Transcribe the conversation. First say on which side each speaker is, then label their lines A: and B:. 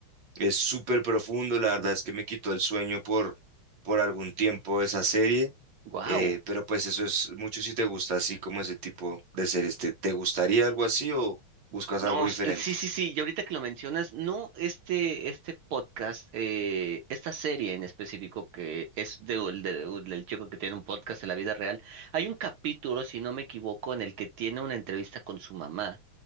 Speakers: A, on the right (about 60°); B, on the right (about 75°).
A: Es súper profundo, la verdad es que me quitó el sueño por por algún tiempo esa serie.
B: Wow,
A: Eh, pero pues eso es mucho si te gusta así como ese tipo de series. ¿Te, te gustaría algo así o buscas
B: No,
A: algo diferente?
B: s- sí, sí, sí, y ahorita que lo mencionas, no este, este podcast, eh, esta serie en específico que es de, un- de un- del chico que tiene un podcast en la vida real, hay un capítulo, si no me equivoco, en el que tiene una entrevista con su mamá,